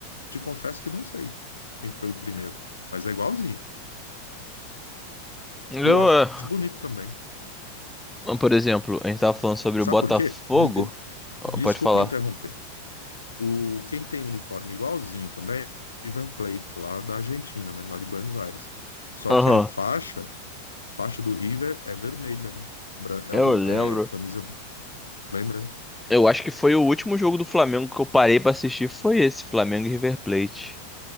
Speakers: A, on the left; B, in the centre.
A: Te confesso que não sei quem foi o primeiro, mas é igualzinho.
B: Eu,
A: E eu acho
B: é,
A: bonito também.
B: <laughs> por exemplo, a gente tava falando sobre
A: Sabe
B: o Botafogo.
A: por quê? Des- eh,
B: Ah,
A: Desculpa
B: Pode falar.
A: interromper. O quem tem uniforme igualzinho também, é o River Plate lá da Argentina, né, lá de Buenos Aires. Só
B: Aham,
A: que a faixa Faixa do River é vermelha, né? Bran- É,
B: eu
A: o-
B: lembro.
A: é camisa, lembra, né?
B: Eu acho que foi o último jogo do Flamengo que eu parei pra assistir. Foi esse, Flamengo e River Plate.